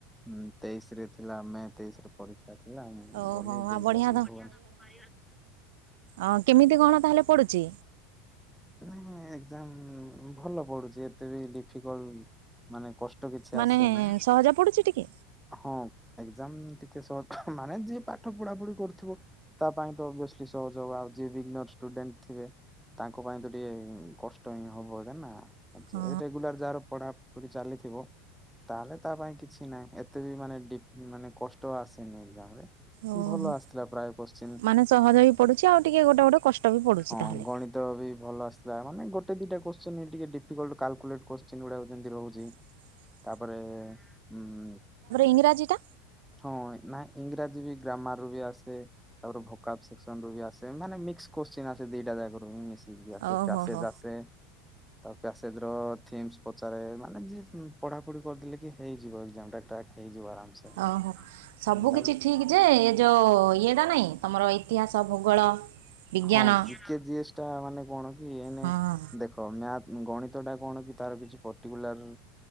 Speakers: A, in the centre; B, on the right.
A: ହୁଁ ତେଇଶରେ ଥିଲା ମେ ତେଇଶରେ ପରୀକ୍ଷା ଥିଲା। ମୁଁ
B: ଓହୋ
A: ଗଲି ଦେଇକି
B: ଆଉ ବଢ଼ିଆ
A: ଆସିଲି ଭୁବନେଶ୍ବ
B: ଅଁ କେମିତି କଣ ତାହେଲେ ପଡୁଛି?
A: ନାଇଁ ଏକ୍ଜାମ ଭଲ ପଡୁଛି ଏତେ ବି ଡିଫିକଲ୍ଟ ମାନେ କଷ୍ଟ କିଛି
B: ମାନେ
A: ଆସେନି।
B: ସହଜ ପଡୁଛି ଟିକେ?
A: ହଁ ଏକ୍ଜାମ ଟିକେ ସହଜ ମାନେ ଯିଏ ପାଠ ପଢାପଢି କରୁଥିବ ତା ପାଇଁ ତ ଅଭିଅସଲି ସହଜ ହବ। ଆଉ ଯିଏ ବିଗ୍ନର ଷ୍ଟୁଡେଣ୍ଟ ଥିବେ ତାଙ୍କ ପାଇଁ ତ ଟିକେ କଷ୍ଟ ହିଁ ହବ ଏଇଟା ନା ଏଇ
B: ହଁ
A: ରେଗୁଲାର ଯାହାର। ପଢ଼ାପଢ଼ି ଚାଲିଥିବ। ତାହେଲେ ତା ପାଇଁ କିଛି ନାହିଁ ଏତେ ବି ମାନେଡି ମାନେ କଷ୍ଟ ଆସିନି ଏକ୍ଜାମ ରେ
B: ଓହୋ
A: ଭଲ ଆସିଥିଲା ପ୍ରାୟ କୋଶ୍ଚିନ୍
B: ମାନେ ସହଜ ବି ପଡୁଛି ଆଉ ଟିକେ ଗୋଟେ ଗୋଟେ କଷ୍ଟ ବି ପଡୁଛି
A: ହଁ
B: ତାହେଲେ।
A: ଗଣି ତ ବି ଭଲ ଆସିଥିଲା ମାନେ ଗୋଟେ ଦିଟା କୋଶ୍ଚିନ୍ ଟିକେ ଡିଫିକଲ୍ଟ କାଲକୁଲେଟ କୋଶ୍ଚିନ୍ ରହୁଛି।
B: ହ
A: ତାପରେ ହୁଁ।
B: ଇଂରାଜୀ ଟା
A: ହଁ ନା ଇଂରାଜୀ ବି ଗ୍ରାମରରୁ ବି ଆସେ। ତାପରେ ଭୋକବ ସେକ୍ସନରୁ ବି ଆସେ ମାନେ ମିକ୍ସ ଦିଟା ଯାଗା ରୁ।
B: ଓହୋ ହୋ
A: <inaudible> ତା ପ୍ୟାସେଜ ର ଥିମ୍ସ ପଚାରେ ମାନେ ଯ ପଢାପଢି କରିଦେଲେ କି ହେଇଯିବ ଏକ୍ଜାମ ଟା କ୍ରାକ୍। ହେଇଯିବ ଆରାମସେ।
B: ଓହୋ। ସବୁ
A: ତାପରେ
B: କିଛି ଠିକ ଯେ ଏ ଯୋଉ ଇଏଟା ନାଇଁ ତମର ଇତିହାସ ଭୂଗୋଳ। ବିଜ୍ଞାନ
A: ହଁ ଜିକେ ଜ ଏସ୍ ଟା ମାନେ କଣ କି ଏଇନେ?
B: ହଁ।
A: ଦେଖ ମ୍ୟା ଗଣିତଟା କଣ କି ତାର କିଛି ପର୍ଟିକୁଲାର